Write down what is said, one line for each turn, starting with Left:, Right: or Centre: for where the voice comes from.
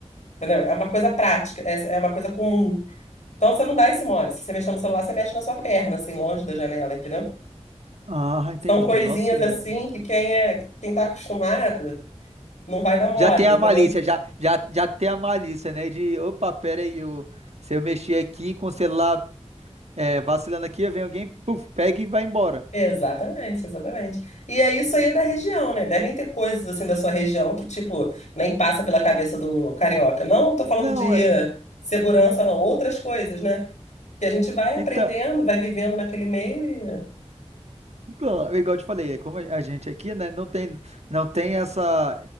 Left: Entendeu? É uma coisa prática, é é uma coisa comum. Então, você não dá esse mole. Se você mexer no celular, você mexe na sua perna, assim, longe da janela, entendeu?
Right: Ah, entendi.
Left: São coisinhas
Right: Nossa, é-
Left: assim que quem é, quem tá acostumado não vai dar mole,
Right: já tem a
Left: entendeu?
Right: malícia, já, já, já tem a malícia, né? De, opa, pera aí, eu, se eu mexer aqui com o celular é, vacilando aqui, vem alguém, puf, pega e vai embora.
Left: Exatamente, exatamente. E é isso aí é da região, né? Devem ter coisas assim da sua região que, tipo, nem passa pela cabeça do carioca. Não tô falando
Right: Não,
Left: de
Right: é.
Left: segurança, não, outras coisas, né? Que a gente vai
Right: Então,
Left: aprendendo, vai vivendo naquele meio e.
Right: Igual igual eu te falei, é como a gente aqui, né, não tem, não tem essa,